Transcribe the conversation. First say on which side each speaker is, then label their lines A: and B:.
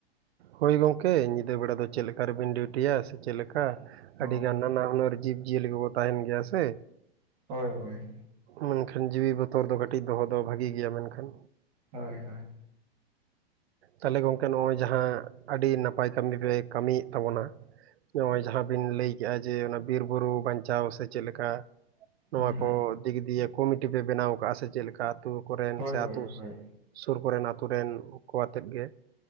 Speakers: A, on the right; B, on the right.
A: ᱦᱳᱭ ᱜᱚᱝᱠᱮ ᱧᱤᱫᱟᱹ ᱵᱮᱲᱟ ᱫᱚ ᱪᱮᱫ ᱞᱮᱠᱟ ᱨᱮᱵᱮᱱ ᱰᱤᱣᱴᱤᱭᱟ ᱥᱮ ᱪᱮᱫ ᱞᱮᱠᱟ? ᱟᱹᱰᱤᱜᱟᱱ
B: ᱚ
A: ᱱᱟᱱᱟ ᱦᱩᱱᱟᱹᱨ ᱡᱤᱵᱽ-ᱡᱤᱭᱟᱹᱞᱤ ᱠᱚᱠᱚ ᱛᱟᱸᱦᱮᱱ ᱜᱮᱭᱟ ᱥᱮ᱾
B: ᱦᱳᱭ ᱦᱳᱭ᱾
A: ᱢᱮᱱᱠᱷᱟᱱ ᱡᱤᱣᱤ ᱵᱚᱛᱚᱨ ᱫᱚ ᱠᱟᱹᱴᱤᱡ ᱫᱚᱦᱚ ᱫᱚ ᱵᱷᱟᱜᱤ ᱜᱮᱭᱟ ᱢᱮᱱᱠᱷᱟᱱ᱾
B: ᱦᱳᱭ ᱦᱳᱭ᱾
A: ᱛᱟᱦᱞᱮ ᱜᱚᱝᱠᱮ ᱱᱚᱜ-ᱚᱭ ᱡᱟᱦᱟᱸ ᱟᱹᱰᱤ ᱱᱟᱯᱟᱭ ᱠᱟᱹᱢᱤ ᱯᱮ ᱠᱟᱹᱢᱤᱭᱮᱜ ᱛᱟᱵᱚᱱᱟ᱾ ᱱᱚᱜ-ᱚᱭ ᱡᱟᱦᱟᱸ ᱵᱤᱱ ᱞᱟᱹᱭ ᱠᱮᱜ-ᱟ ᱡᱮ ᱚᱱᱟ ᱵᱤᱨ ᱵᱩᱨᱩ ᱵᱟᱧᱪᱟᱣ ᱥᱮ ᱪᱮᱫ ᱞᱮᱠᱟ? ᱱᱚᱣᱟ
B: ᱦᱳᱭ
A: ᱠᱚ ᱫᱤᱠ ᱫᱤᱭᱮ ᱠᱚᱢᱤᱴᱤ ᱯᱮ ᱵᱮᱱᱟᱣ ᱠᱟᱜ-ᱟ ᱥᱮ ᱪᱮᱫ ᱞᱮᱠᱟ ᱟᱹᱛᱩ ᱠᱚᱨᱮᱱ
B: ᱦᱳᱭ
A: ᱥᱮ
B: ᱦᱳᱭ
A: ᱟᱹᱛᱩ
B: ᱦᱳᱭ
A: ᱥᱩᱨ ᱠᱚᱨᱮᱱ ᱟᱹᱛᱩ ᱨᱮᱱ ᱠᱚ ᱟᱛᱮᱫ ᱜᱮ?